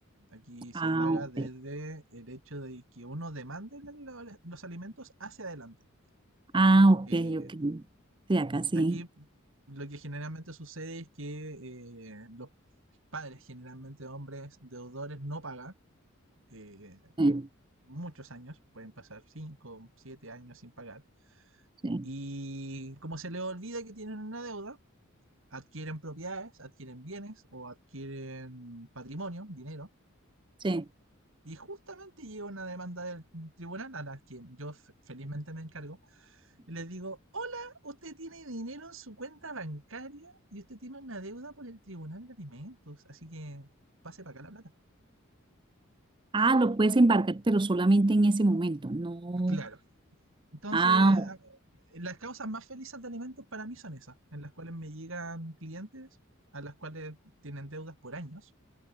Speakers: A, on the right; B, on the right.
A: Aquí se
B: Ah,
A: paga
B: ok.
A: desde el hecho de que uno demande lo- los alimentos hacia adelante.
B: Ah, ok,
A: Eh,
B: ok. Sí, acá sí.
A: aquí lo que generalmente sucede es que eh, los padres, generalmente hombres deudores, no pagan eh,
B: Sí,
A: muchos años, pueden pasar 5, 7 años sin pagar.
B: sí,
A: Y como se les olvida que tienen una deuda, adquieren propiedades, adquieren bienes o adquieren patrimonio, dinero
B: sí.
A: Y justamente llega una demanda del tribunal a la que yo felizmente me encargo. Y les digo, hola, usted tiene dinero en su cuenta bancaria y usted tiene una deuda por el tribunal de alimentos. Así que pase para acá la plata.
B: Ah, lo puedes embarcar, pero solamente en ese momento. No.
A: <laughs> Claro. Entonces,
B: Ah, ok,
A: las causas más felices de alimentos para mí son esas, en las cuales me llegan clientes a las cuales tienen deudas por años.